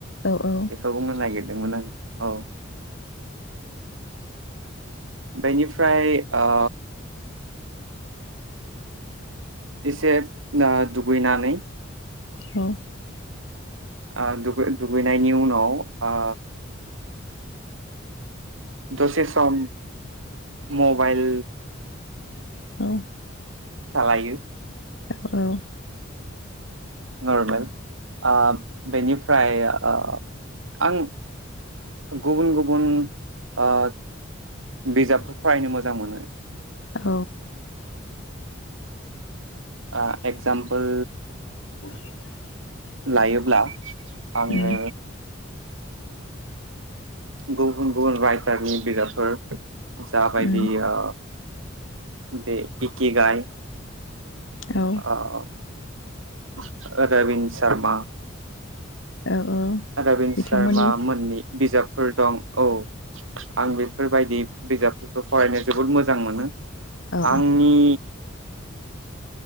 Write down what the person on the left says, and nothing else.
औ औ
औ
औ
औ औ
औ
<inaudible>
उम
उम
औ
औ औ
बिथांमोननि
औ